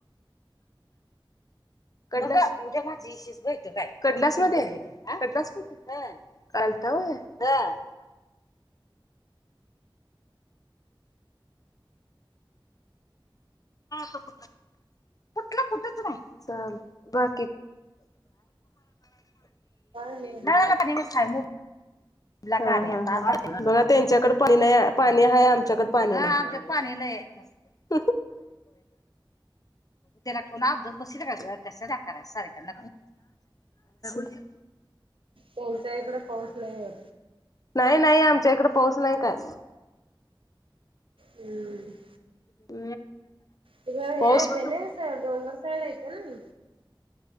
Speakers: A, on the left; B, on the right.
A: क उद्या माझीस बत काय कनलास मध्ये आहे कनलास <inaudible> काल आलता होय. कुठ <inaudible> कुठलं कुठच नाय. पा
B: नाही
A: नळ पाणी खय मग <inaudible> बघा त्यांच्याकड पहिला पाणी आहे आमच्याकड पाणी पाणी नाही. <inaudible> तेला कोणा अबदत बस कस कराय सार्याक न <inaudible> त <inaudible>
B: तुमच्याकडे पाऊस लय हाय
A: नाही नाही आमच्या इकड पाऊस नाही काय.
B: हम्म
A: <inaudible>
B: तिकडं हे
A: ळज
B: येते ना डोंगर साईड येते ना.